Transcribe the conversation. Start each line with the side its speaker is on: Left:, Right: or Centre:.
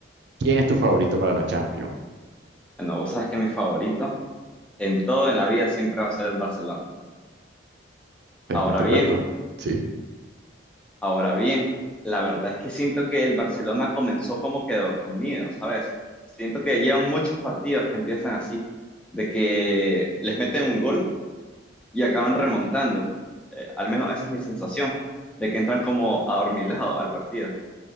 Right: ¿Quién es tu favorito para la Champions?
Centre: Bueno, vos sabes que mi favorito en todo en la vida siempre va a ser el Barcelona.
Right: Perfecto,
Centre: Ahora bien,
Right: Croco. Sí.
Centre: Ahora bien, la verdad es que siento que el Barcelona comenzó como que dormido, ¿sabes? Siento que llevan muchos partidos que empiezan así, de que les meten un gol y acaban remontando. Eh, al menos esa es mi sensación, de que entran como adormilados al partido.